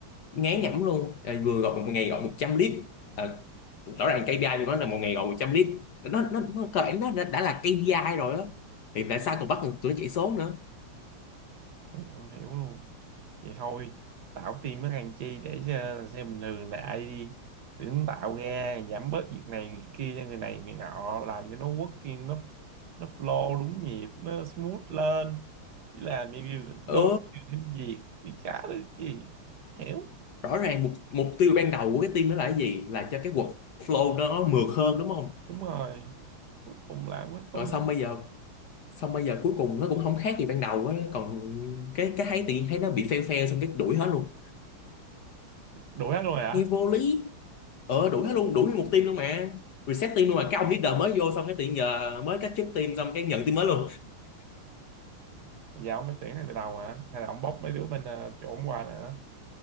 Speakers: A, on the left; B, on the right.
A: ngán nhẩm luôn à, vừa gọi một ngày gọi một trăm lít à, rõ ràng KPI của nó là một ngày gọi một trăm lít nó nó nó cơ bản nó đã, đã là KPI rồi á thì tại sao còn bắt được tụi nó chạy số nữa
B: Thì không hiểu luôn vậy thôi tạo team với thằng Chi để cho xe bình thường đại đi tưởng tạo ra giảm bớt việc này việc kia cho người này người nọ làm cho nó working nó nó flow đúng nhịp nó smooth lên chứ làm như
A: ừ
B: gói nhiều thêm việc chứ chả được gì hiểu
A: rõ ràng mục mục tiêu ban đầu của cái team đó là cái gì là cho cái workflow nó mượt hơn đúng không
B: đúng rồi cuối cùng làm với tung
A: rồi xong bây giờ xong bây giờ cuối cùng nó cũng không khác gì ban đầu á còn cái cái thấy tự nhiên thấy nó bị fail fail xong cái đuổi hết luôn
B: đuổi hết luôn rồi hả
A: nghe vô lý ờ đuổi hết luôn đuổi nguyên một team luôn mà reset team luôn mà cái ông leader mới vô xong cái tự nhiên giờ mới cách chức team xong cái nhận team mới luôn
B: giờ ông phải tuyển ngay từ đầu hả hay là ông bóc mấy đứa bên ờ, chỗ ông qua nữa